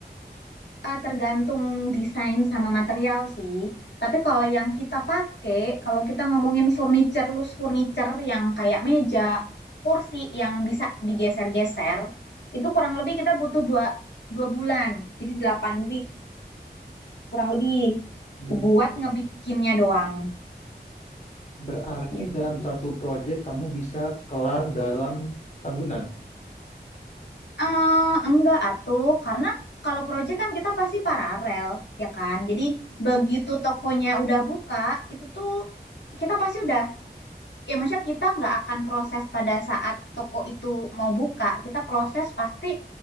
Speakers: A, on the left; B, on the left.
A: Eh, tergantung desain sama material sih tapi kalau yang kita pakai kalau kita ngomongin furniture loose furniture yang kayak meja kursi yang bisa digeser-geser itu kurang lebih kita butuh dua dua bulan jadi 8 weeks kurang lebih
B: Hmm.
A: buat ngebikinnya doang
B: Berarti
A: Gitu.
B: dalam satu project kamu bisa kelar dalam tahunan.
A: Eh, enggak atuh, karena kalau proyek kan kita pasti paralel, ya kan? Jadi begitu tokonya udah buka, itu tuh kita pasti udah, ya maksudnya kita nggak akan proses pada saat toko itu mau buka, kita proses pasti